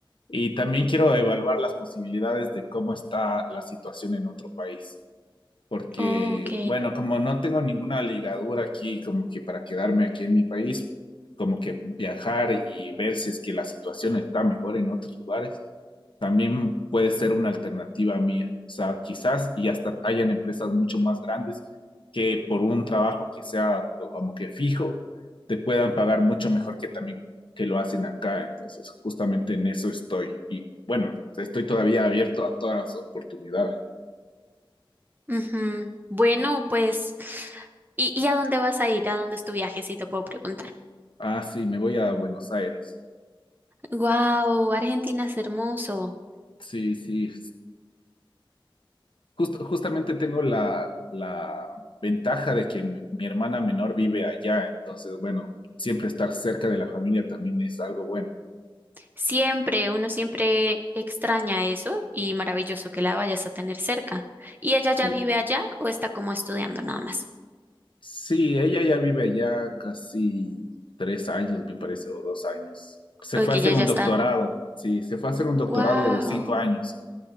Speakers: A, on the left; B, on the right.
A: y también quiero evaluar las posibilidades de cómo está la situación en otro país porque,
B: Ok.
A: bueno, como no tengo ninguna ligadura aquí, como que para quedarme aquí en mi país, como que viajar y ver si es que la situación está mejor en otros lugares, también puede ser una alternativa mía. O sea, quizás y hasta hayan empresas mucho más grandes que por un trabajo que sea como que fijo, te puedan pagar mucho mejor que también que lo hacen acá. Entonces, justamente en eso estoy. Y bueno, estoy todavía abierto a todas las oportunidades.
B: Ujú. Bueno, pues, ¿y, y a dónde vas a ir? ¿A dónde es tu viaje? Si te puedo preguntar.
A: Ah, sí, me voy a Buenos Aires.
B: Wow, Argentina es hermoso.
A: Sí, sí. Justo- justamente tengo la, la ventaja de que mi, mi hermana menor vive allá, entonces, bueno, siempre estar cerca de la familia también es algo bueno.
B: Siempre, uno siempre extraña eso y maravilloso que la vayas a tener cerca. ¿Y ella
A: Sí.
B: ya vive allá o está como estudiando nada más?
A: Sí, ella ya vive allá casi tres años, me parece, o dos años. Se
B: O
A: fue
B: que
A: a hacer
B: ella
A: un
B: ya
A: doctorado,
B: está.
A: sí, se fue a hacer un doctorado
B: Wow,
A: de cinco años.